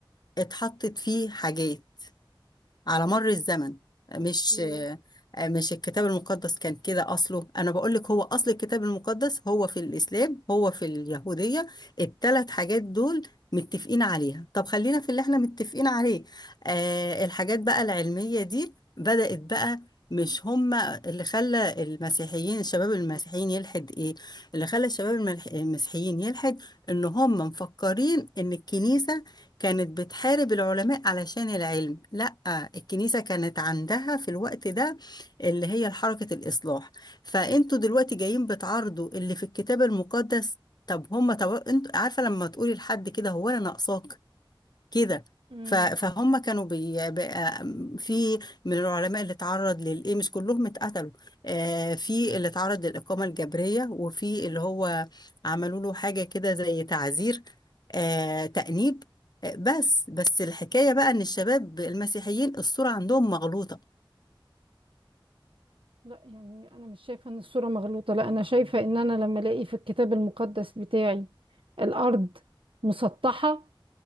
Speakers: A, on the left (about 50°); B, on the right (about 80°).
A: اتحطت فيه حاجات على مر الزمن مش
B: اوكي
A: مش الكتاب المقدس كان كده أصله أنا بقول لك هو أصل الكتاب المقدس هو في الإسلام هو في اليهودية الثلاث حاجات دول متفقين عليها طب خلينا في اللي احنا متفقين عليه آه الحاجات بقى العلمية دي بدأت بقى مش هما اللي خلى المسيحيين الشباب المسيحيين يلحد ايه اللي خلى الشباب الملح- المسيحيين يلحد ان هم مفكرين ان الكنيسة كانت بتحارب العلماء علشان العلم لا الكنيسة كانت عندها في الوقت ده اللي هي حركة الإصلاح فأنتوا دلوقتي جايين بتعارضوا اللي في الكتاب المقدس طب هما طب انتوا عارفة لما تقولي لحد كده هو أنا ناقصاك كده
B: مم.
A: ف- فهم كانوا بي بقى- في من العلماء اللي اتعرض للايه مش كلهم اتقتلوا آه، في اللي اتعرض للإقامة الجبرية وفي اللي هو عملوا له حاجة كده زي تعزير آه، تأنيب آه، بس بس الحكاية بقى إن الشباب المسيحيين الصورة عندهم مغلوطة
B: لا يعني انا مش شايفه ان الصوره مغلوطه لا انا شايفه ان انا لما الاقي في الكتاب المقدس بتاعي الارض مسطحه